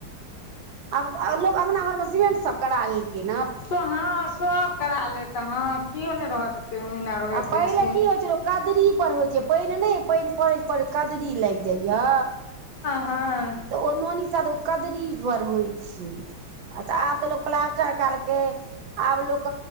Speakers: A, on the right; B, on the left.
A: आब लोक अंगना घर मे सीमेंट सब करा लेलकैन
B: तो हाँ सब करा लेत हाँ कियो ने रहत एते
A: आ पहिले की
B: <unintelligible>
A: होइ छै लोक कदरी पर होय छै, पेएन नै पेएन पड़ैत पड़ैत कदरी लाग जाय या।
B: हाँ।
A: तऽ ओ नोनी साद कदरी पर होइछै तऽ आब त लोग प्लास्टर काल के आब लोक